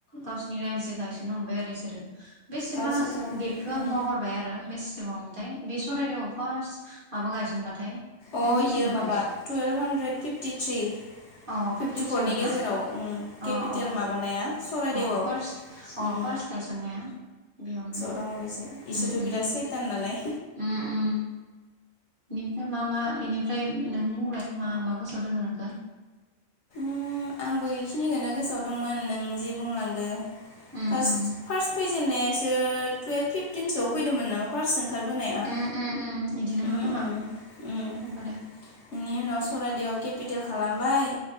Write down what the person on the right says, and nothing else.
गावसोरनि रायजो गायसननो हमबाय आरो इसोरो बेसेबा
डेटखौ
आं बावगारबाय आरो बेसेबांथाय बे सररायदेआव फार्स्ट माबा गायसनबाथाय
नों मिथियो
नामा
डेटखौ
अ
फिफ्टिथ्रिमोन
ना
अ
अ
अ फार्स्ट
अ फार्स्ट गनायसननाया बेयावनो
उम उम
उम - उम बेनिफ्राय मा मा बेनिफ्राय नोंनि मलाय मा - मा गोसोआव दोङो नोंखौ
उम
उम
उम उम उम बिदिनो मोन
खोमा
नोंगौ
दे